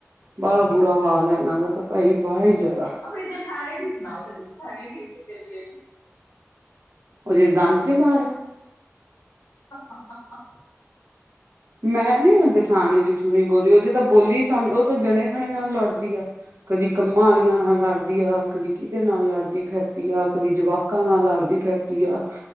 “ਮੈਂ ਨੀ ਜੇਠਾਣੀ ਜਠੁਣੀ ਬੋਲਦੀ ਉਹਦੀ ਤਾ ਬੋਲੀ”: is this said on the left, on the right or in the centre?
Right